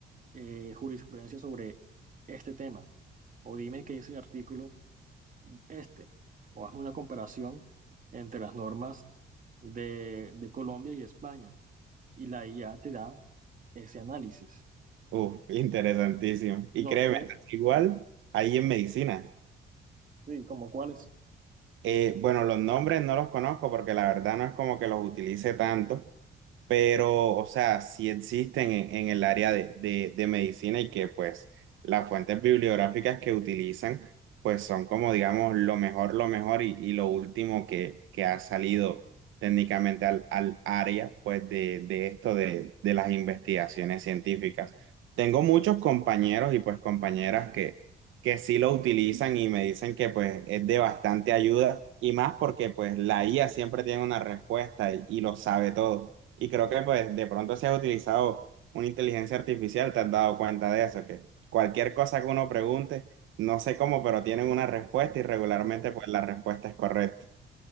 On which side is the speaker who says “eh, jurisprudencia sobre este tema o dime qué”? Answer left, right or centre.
Right